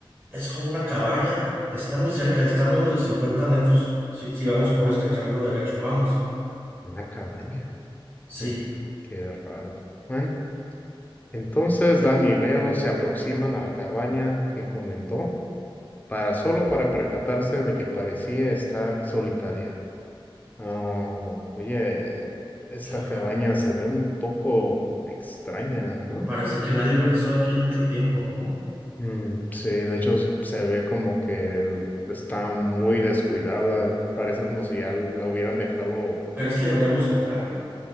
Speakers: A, on the right; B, on the left.
A: Es como una cabaña. Está muy cerca. Está a menos de 50 metros si, si vamos por este camino derecho. Vamos.
B: Una cabaña.
A: Sí,
B: Mm, qué raro. Bueno, entonces Dan y Leo se aproximan a la cabaña que comentó, para solo para percatarse de que parecía estar solitaria. Ah, oye, esta
A: qué raro.
B: cabaña se ve un poco extraña, ¿no?
A: Parece que nadie hubiera estado aquí en mucho tiempo, ¿no?
B: Mm, sí, de hecho s- se ve como que el- está muy descuidada. Parece como si ya la hubieran dejado.
A: ¿Crees que deberíamos entrar?